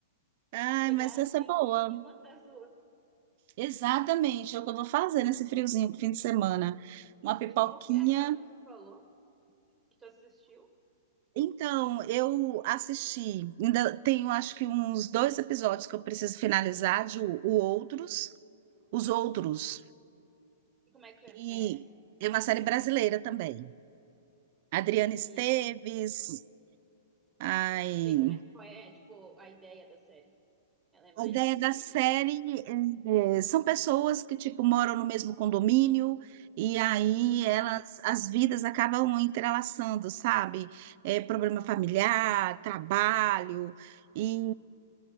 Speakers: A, on the right (about 50°); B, on the right (about 20°).
A: Ai,
B: De pegar
A: mas essa
B: assim,
A: é boa.
B: e uma atrás do
A: Exatamente, é o que eu vou fazer nesse friozinho, fim de semana. Uma pipoquinha.
B: E qual que é aquela que tu falou, que tu assistiu?
A: Então, eu assisti, ainda tenho acho que uns dois episódios que eu preciso finalizar de o o Outros. Os Outros.
B: E como é que
A: E
B: é é essa?
A: é uma série brasileira também. Adriana
B: E,
A: Esteves.
B: e
A: Ai,
B: tem como é, qual é, tipo, a ideia da série? Ela é mais,
A: a ideia
B: tipo,
A: da
B: de
A: série
B: ficção?
A: é, é, são pessoas que tipo moram no mesmo condomínio e aí
B: Uhum.
A: elas as vidas acabam entrelaçando, sabe? É, problema familiar, trabalho e